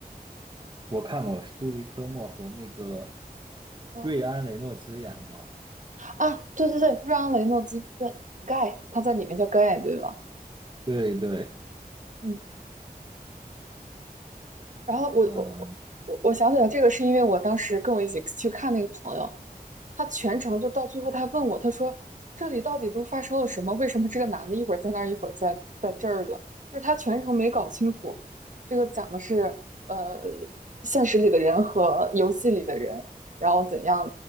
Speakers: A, on the right; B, on the right.
A: 我看过，是朱迪科莫和那个
B: <laughs>。嗯
A: 瑞安雷诺兹演的嘛？
B: 啊，对对对，瑞安雷诺兹，对，Guy，他在里面叫 Guy，对吧？
A: 对对，
B: 嗯，然后我我我我我想起来这个是因为我当时跟我一起去看那个朋友，
A: 嗯。
B: 他全程就到最后，他问我，他说这里到底都发生了什么？为什么这个男的一会儿在那儿，一会儿在在这儿的？就是他全程没搞清楚，这个讲的是呃现实里的人和游戏里的人，然后怎样？